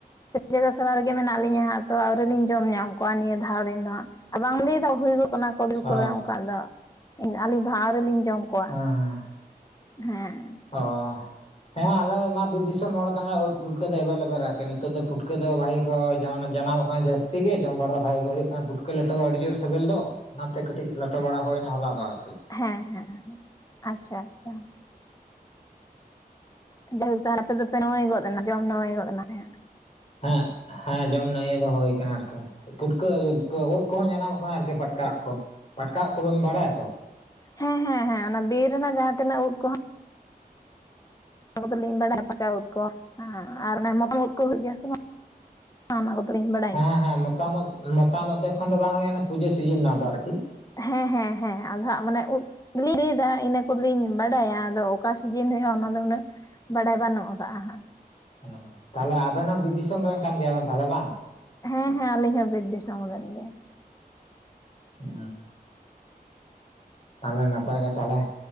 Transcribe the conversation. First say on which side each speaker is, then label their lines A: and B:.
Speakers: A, on the left; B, on the left.
A: ᱥᱮᱪᱮᱫ-ᱟᱥᱲᱟ ᱨᱮᱜᱮ ᱢᱮᱱᱟᱜ ᱞᱤᱧᱟ ᱦᱟᱸᱜ ᱛᱚ ᱟᱹᱣᱨᱤᱞᱤᱧ ᱡᱚᱢ ᱧᱟᱢ ᱠᱚᱣᱟ ᱱᱤᱭᱟᱹ ᱫᱷᱟᱣ ᱨᱮᱱ ᱫᱚ ᱦᱟᱸᱜ ᱟ ᱵᱟᱢ ᱞᱮ ᱫᱟ ᱦᱩᱭᱩ-ᱜᱚᱜ ᱠᱟᱱᱟ ᱠᱟ. ᱢᱤ
B: ᱚ
A: ᱠᱚᱨᱮ ᱚᱱᱠᱟ ᱫᱚ ᱟᱹᱞᱤᱧ ᱫᱚ ᱦᱟᱸᱜ ᱟᱹᱣᱨᱤᱞᱤᱧ ᱡᱚᱢ ᱠᱚᱣᱟ
B: ᱦᱮᱸ ᱦᱮᱸ
A: ᱦᱮᱸ
B: ᱚ ᱦᱮᱸ ᱟᱞᱮᱢᱟ ᱵᱤᱨ ᱫᱤᱥᱚᱢ ᱦᱚᱲ ᱠᱟᱱᱟ ᱩᱫ ᱯᱩᱴᱠᱟᱹ ᱫᱚ ᱮᱵᱮᱞᱮᱵᱮᱞ ᱟᱨᱠᱤ ᱱᱤᱛᱚᱜ ᱫᱚ ᱯᱩᱴᱠᱟᱹ ᱫᱚ ᱵᱷᱟᱜᱮ ᱠᱚ ᱡᱟᱱᱟᱢᱚᱜ ᱠᱟᱱᱟ ᱡᱟᱹᱥᱛᱤ ᱜᱮ ᱡᱚᱢ ᱵᱟᱲᱟ ᱫᱚ ᱵᱷᱟᱜᱮ ᱜᱮ ᱦᱩᱭᱩᱜ ᱠᱟᱱᱟ ᱵᱷᱩᱴᱠᱟᱹ ᱞᱮᱴᱚ ᱫᱚ ᱟᱹᱰᱤ ᱡᱳᱨ ᱥᱮᱵᱮᱞ ᱫᱚ ᱚᱱᱟᱛᱮ ᱠᱟᱹᱴᱤᱡ ᱞᱮᱴᱚ ᱵᱟᱲᱟ ᱦᱳᱭᱱᱟ ᱦᱚᱞᱟ ᱫᱚ ᱟᱨᱠᱤ
A: ᱦᱮᱸ ᱦᱮᱸ ᱟᱪᱪᱷᱟ ᱟᱪᱪᱷᱟ ᱡᱟᱭᱦᱳᱠ ᱛᱟᱦᱚᱞᱮ ᱟᱯᱮ ᱫᱚᱯᱮ ᱱᱟᱹᱢᱟᱹᱭ ᱜᱚᱫ ᱱᱟ ᱡᱚᱢ ᱱᱟᱹᱢᱟᱹᱭ ᱜᱚᱫ ᱱᱟᱯᱮ
B: ᱦᱮᱸ ᱦᱮᱸ ᱡᱚᱢ ᱱᱟᱹᱢᱟᱹᱭ ᱫᱚ ᱦᱳᱭ ᱠᱟᱱᱟ ᱟᱨᱠᱤ ᱯᱩᱴᱠᱟᱹ ᱤᱭᱟᱹ ᱳᱫ ᱠᱚᱦᱚᱸ ᱡᱟᱱᱟᱢᱚᱜ ᱠᱟᱱᱟ ᱟᱨᱠᱤ ᱯᱟᱴᱠᱟ ᱳᱫ ᱠᱚ ᱯᱟᱴᱠᱟ ᱳᱫ ᱠᱚᱵᱤᱱ ᱵᱟᱲᱟᱭᱟᱛᱚ
A: ᱦᱮᱸ ᱦᱮᱸ ᱦᱮᱸ ᱚᱱᱟ ᱵᱤᱨ ᱨᱮᱱᱟᱜ ᱡᱟᱦᱟ ᱛᱤᱱᱟᱹᱜ ᱩᱫ ᱠᱚᱦᱚ ᱚᱱᱟ ᱠᱚᱫᱟᱞᱤᱧ ᱵᱟᱲᱟᱭᱟ ᱯᱟᱴᱠᱟ ᱩᱫ ᱠᱚ ᱟᱨ ᱚᱱᱟ ᱢᱮᱛᱟᱢ ᱳᱫ ᱠᱚ ᱦᱩᱭᱩᱜ ᱜᱮᱭᱟ ᱥᱮ ᱵᱟᱝ ᱦᱚᱸ ᱚᱱᱟ ᱠᱚᱫᱚᱞᱤᱧ ᱵᱟᱰᱟ
B: ᱦᱚᱸ ᱦᱚᱸ ᱢᱮᱛᱛᱟᱢ ᱟ ᱳᱫ ᱢᱚᱛᱟᱢ ᱳᱫ ᱫᱚ ᱮᱠᱷᱚᱱ ᱫᱚ ᱵᱟᱝ ᱦᱩᱭᱩᱜᱼᱟ ᱯᱩᱡᱟᱹ ᱥᱤᱡᱤᱱ ᱟᱱᱟᱫᱚ ᱟᱨᱠᱤ
A: ᱦᱮᱸ ᱦᱮᱸ ᱦᱮᱸ ᱟᱫᱷᱟ ᱢᱟᱱᱮ ᱩᱫ <unintelligible> ᱠᱚᱞᱤᱧ ᱵᱟᱰᱟᱭᱟ ᱟᱫᱚ ᱚᱠᱟ ᱥᱤᱡᱤᱱ ᱦᱩᱭᱩᱜᱼᱟ ᱚᱱᱟ ᱫᱚ ᱩᱱᱟᱹᱜ ᱵᱟᱰᱟᱭ ᱵᱟᱹᱱᱩᱜ ᱟᱠᱟᱜᱼᱟ ᱦᱟᱜ
B: ᱦᱮ ᱛᱟᱦᱚᱞᱮ ᱟᱵᱮᱱ ᱦᱚᱸ ᱵᱤᱨ ᱫᱤᱥᱚᱢ ᱨᱮᱱ ᱠᱟᱱ ᱜᱮᱭᱟ ᱵᱤᱱ ᱛᱟᱦᱚᱞᱮ ᱵᱟᱝ
A: ᱦᱮᱸ ᱦᱮᱸ ᱟᱹᱞᱤᱧ ᱦᱚᱸ ᱵᱤᱨ ᱫᱤᱥᱚᱢ ᱨᱮᱱ ᱜᱮ
B: ᱩ ᱛᱟᱦᱚᱞᱮ ᱱᱟᱯᱟᱭ ᱜᱮ ᱛᱟᱦᱚᱞᱮ